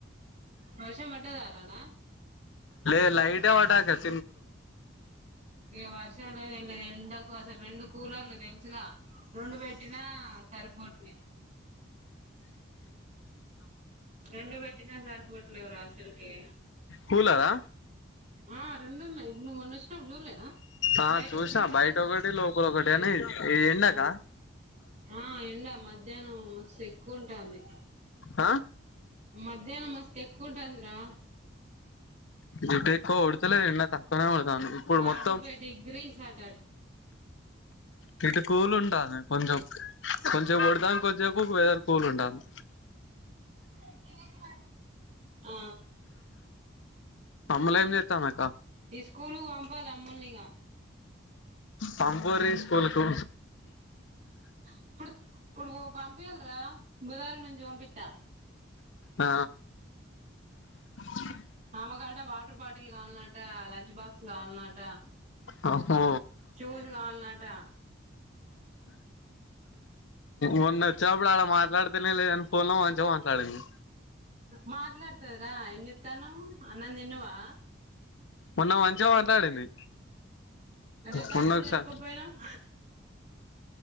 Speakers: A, on the right; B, on the left.
A: వర్షం పడ్డాదార ఆడ
B: లేదు లైట్ గా పడ్డది అటు సైడ్
A: ఇక వర్షం లేదు ఏం లేదు ఎండకు అసలు రెండు కూలర్లు తెలుసుగా రెండు పెట్టినా సరిపోవట్లే రెండు పెట్టినా సరిపోవట్లేదు రా ఆసలుకి
B: హూలదా
A: ఆ రెండు ఉన్నాయి నువ్వు మొన్న వచ్చినప్పుడు చూలేద
B: ఆ
A: బయట
B: చూసినా
A: ఒకటి ఇంట్లో ఒకటి
B: బయట లోపల ఒకటి అని ఎండకా
A: ఆ ఆ ఎండా మధ్యాహ్నం మస్తు ఎక్కువ ఉంటది
B: ఆ
A: మధ్యాహ్నం మస్తు ఎక్కువగా ఉంటుంది రా
B: ఇటు ఎక్కువ కొడతలేదు ఎండ తక్కువనే కొడుతంది ఇప్పుడు
A: ఫార్టీ
B: మొత్తం
A: ఫైవ్ డిగ్రీస్ అట
B: ఆ ఇటు కూలు ఉంటాది కొంచెం కొంచసేపు కొడతాంది కొంతసేపు వెదర్ వేరే కూలు ఉంటాది
A: ఆ ఆ
B: అమ్ములు ఏం చెత్తంది అక్క
A: ఈ స్కూలు పంపాలి అమ్ములు ఇగ
B: పంపుర్రి స్కూలు కు
A: ఇప్పుడు ఇప్పుడు పంపింయర్ర బుధవారం నుంచి పంపిస్తా
B: ఆ జ
A: ఆమెకట వాటర్ బాటిల్ కావాలన్నట లంచ్ బాక్స్ కావాలన్నట
B: ఆహో
A: షూస్ కావాలన్నట
B: మొన్న వచ్చినప్పుడు ఆడ మాట్లాడితేనే లేదు కని ఫోన్ లో మంచిగా మాట్లాడింది
A: మాట్లాడుతది రా ఏం చేతన్నవ్ అన్నం తిన్నావా
B: మొన్న మంచిగా మాట్లాడింది
A: రికార్డింగ్
B: మొన్న ఒక్కసా
A: చేసుకోపోయినావ్